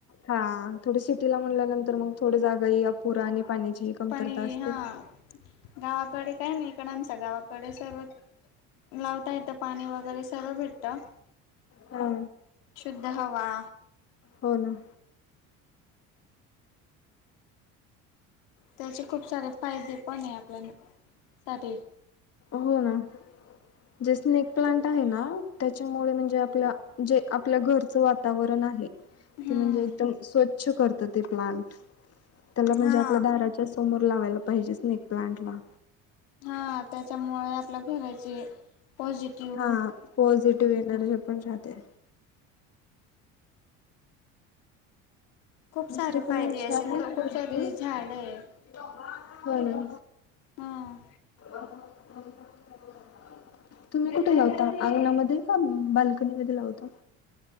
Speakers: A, on the left (about 40°); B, on the left (about 80°).
A: हा थोडी सिटीला म्हणल्यानंतर मग थोडी जागाही अपुरा आणि पाण्याची कमतरता
B: तानी
A: असते
B: हा गावाकडे काय ना इकडं आमच गावाकडे सर्व लावता येतं पाणी वगैरे सर्व भेटतं.
A: हा.
B: शुद्ध हवा.
A: हो ना.
B: त्याचे खूप सारे फायदे पण आहे आपल्या न साठी.
A: हो ना जे स्नेक प्लांट आहे ना त्या च्यामुळे म्हणजे आप जे आपल्या घरचं वातावरण आहे.
B: हम्म
A: ते म्हणजे एकदम स्वच्छ करत ते प्लांट. त्याला म्हणजे
B: हा
A: आपल्या दाराच्या समोर लावायला पाहिजे स्नेक प्लांट ला.
B: हा त्याच्यामुळे आपल्या घराचे पॉझिटिव.
A: हा पॉझिटिव्ह एनर्जी पण राहते.
B: खूप सारे
A: दुसर पण
B: फायदे
A: <unintelligible>
B: असे खूप सारे झाड आहे
A: हो ना.
B: हां.
A: <inaudible> तुम्ही कुठे लावलता अंगणामध्ये का बाल्कनीमध्ये लावता.